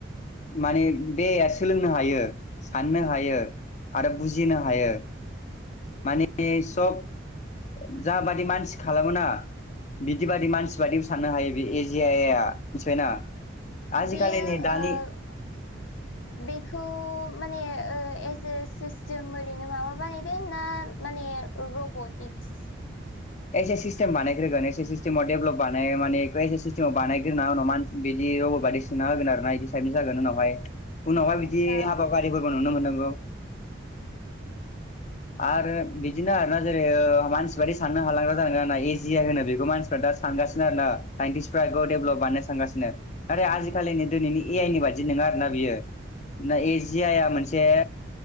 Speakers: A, on the left; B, on the left.
A: माने देहाया सोलोंनो हायो साननो हायो आरो बुजिनो हायो माने सब जाबादि मानसि खालामो ना बिदिबादि मानसि बादि साननो हायो बे एजि आ आ मिथिबायना आजिखालि
B: बेयो
A: नै दानि
B: ओ बेखौ माने ओ सिस्टेम ओरैनो माबा बानायदों ना माने रबटिक्स
A: एसे सिस्टेम बानायग्रोगोन एसे सिस्टेमाव डेभेलप बानाय माने बेखौ एसे सिस्टेमाव बानायग्रोना उन मान बिदि सोना होगोन आरोना इदि साइदनि जागोन उनावहाय उनावहाय बिदि
B: आतसा
A: हाबाफारि नुनो मोननांगौ आरो बिदिनो आरोना जेरै मानसि साननो हालांग्रा जालांगोन आरोना ना इजिआय होनो बेखौ मानसिफ्राा सानगानो आरो ना साइनतिसफ्रा बेखौ देभलप बानायनो सानगासिनो नाथाय आजिखालिनि दिनैनि ए आइ नि बादि नङा आरोना बियो ना एज आइआ मोनसे